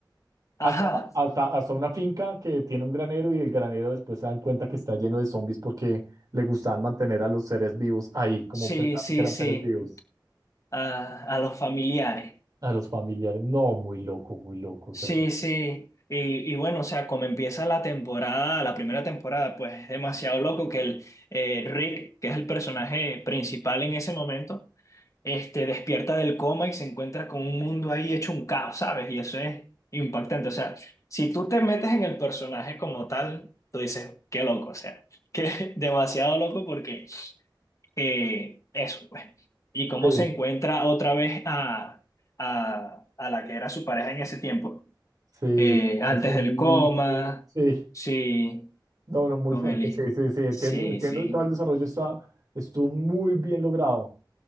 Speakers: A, on the left; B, on the right.
A: ajá.
B: Hasta, hasta, hasta una finca que tiene un granero y el granero después se dan cuenta que está lleno de zombies porque le gustaban mantener a los seres vivos ahí, como
A: Sí,
B: pensando
A: sí,
B: que eran
A: sí.
B: seres vivos.
A: a, a los familiares.
B: A los familiares, no, muy loco, muy loco, o
A: Sí,
B: sea.
A: sí. Y, y bueno, o sea, como empieza la temporada, la primera temporada, pues es demasiado loco que el eh, Rick, que es el personaje principal en ese momento, este, despierta del coma y se encuentra con un mundo ahí hecho un caos, ¿sabes? Y eso es impactante. O sea, si tú te metes en el personaje como tal, tú dices, qué loco, o sea, que <laughs> demasiado loco porque Eh, eso, pues. Y cómo
B: Sí,
A: se encuentra otra vez a, a, a la que era su pareja en ese tiempo.
B: sí,
A: Eh, antes
B: a su
A: del coma,
B: hijo, sí,
A: sí,
B: no, no, muy
A: con
B: fuerte,
A: Eli.
B: sí, sí, sí, entiendo,
A: Sí,
B: entiendo,
A: sí.
B: todo el desarrollo está, estuvo muy bien logrado.